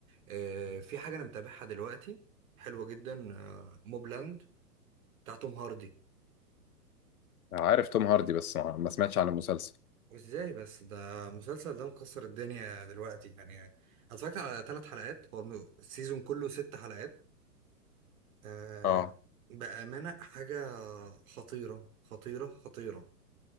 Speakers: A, on the right (about 60°); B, on the left (about 65°).
A: آه، في حاجه انا متابعها دلوقتي حلوه جدا آه، موبلاند بتاع توم هاردي
B: عارف توم هاردي بس ما ما سمعتش عن المسلسل
A: وازاي بس ده المسلسل ده مكسر الدنيا دلوقتي يعني أنا اتفرجت على ثلاث حلقات هو الم- السيزون كله ست حلقات آه،
B: اه
A: بامانه حاجه خطيره خطيره خطيره